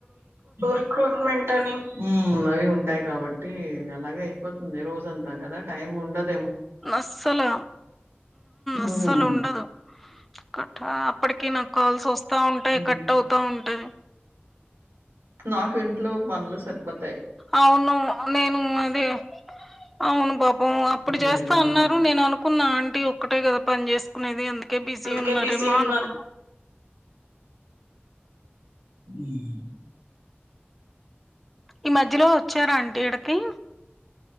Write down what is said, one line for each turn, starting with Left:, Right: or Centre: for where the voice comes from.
Right: రిక్రూట్మెంట్ అని అవి ఉంటాయి కాబట్టి టి అలాగే అయిపోతుంది రోజంతా కదా టైమ్ ఉండదు
Centre: అస్సలు
Right: హ్మ్.
Centre: అస్సలు ఉండదు కట్ట అప్పటికి నాకు కాల్స్ వస్తా ఉంటాయి
Right: హ్మ్.
Centre: కట్ అవుతా ఉంటాయి
Right: మాకు ఇంట్లో పనులు సరిపోత
Centre: అవును నేను అదే అవును పాపం అప్పుడు
Right: నువ్వు
Centre: చేస్తా
Right: బయట
Centre: అన్నారు
Right: నువ్వు
Centre: నేను అనుకున్నా అ ఒక్కటే కదా పని చేేసుకునేది అని కే బిజీ
Right: అందుకే
Centre: ఉన్నారేమో
Right: బిజీ ఉన్నారు.
Centre: అనుకున్న
Right: హ్మ్మ్
Centre: ఈ మధ్యలో వచ్చారా అంటీ ఈడకి